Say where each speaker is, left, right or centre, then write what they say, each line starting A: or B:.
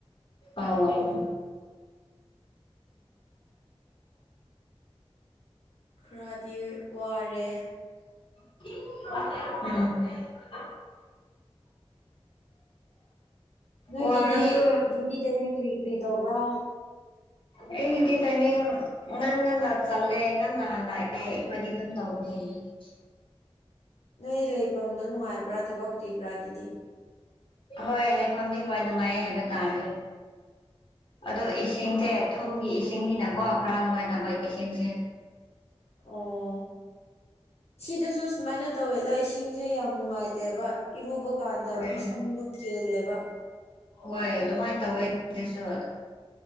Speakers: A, on the left (about 55°); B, on the left (about 80°).
A: ꯑꯧ <unintelligible>
B: ꯈꯔꯗꯤ ꯋꯥꯔꯦ꯫
A: <unintelligible> ꯎꯝ
B: ꯅꯣꯏꯒꯤꯗꯤ
A: ꯋꯥꯔꯁꯨ
B: ꯗ꯭ꯌꯨꯇꯤ ꯇꯥꯏꯃꯤꯡ ꯀꯔꯤ ꯀꯔꯤ ꯇꯧꯕ꯭ꯔꯥ?
A: ꯑꯩ ꯒꯤꯇꯤ ꯇꯥꯏꯃꯤꯡ ꯉꯟ ꯉꯟꯅ ꯆꯠꯂꯦ ꯉꯟꯅ ꯍꯜꯂꯛꯑꯦ ꯑꯩꯈꯣꯏꯗꯤ ꯑꯗꯨꯝ ꯇꯧꯕꯅꯦ꯫ <unintelligible>
B: ꯅꯣꯏ ꯂꯩꯐꯝꯗꯣ ꯅꯨꯡꯉꯥꯏꯕ꯭ꯔꯥ ꯊꯕꯛ ꯀ꯭ꯔꯤ ꯀ꯭ꯔꯥꯒꯤꯗꯤ?
A: ꯍꯣꯏ ꯂꯩꯐꯝꯗꯤ ꯍꯣꯏ ꯅꯨꯡꯉꯥꯏ ꯍꯥꯏꯕ ꯇꯥꯔꯦ꯫ ꯑꯗꯣ ꯏꯁꯤꯡꯁꯦ ꯊꯨꯝꯒꯤ ꯏꯁꯤꯡꯅꯤꯅꯀꯣ ꯈꯔ ꯅꯨꯡꯉꯥꯏꯇꯕ ꯏꯁꯤꯡꯁꯦ꯫
B: ꯑꯣ ꯁꯤꯗꯁꯨ ꯁꯨꯃꯥꯏꯅ ꯇꯧꯋꯦꯗ ꯏꯁꯤꯡꯁꯦ ꯌꯥꯝ ꯅꯨꯡꯉꯥꯏ ꯅꯨꯡꯉꯥꯏꯇꯦꯕ ꯏꯔꯨꯕ ꯀꯥꯟꯗ
A: ꯍꯣꯏ
B: ꯑꯗꯨꯝ ꯁꯝꯗꯣ ꯀꯦꯜꯂꯦꯕ
A: ꯍꯣꯏ ꯑꯗꯨꯃꯥꯏꯅ ꯇꯧꯋꯦ ꯁꯤꯁꯨ <inaudible>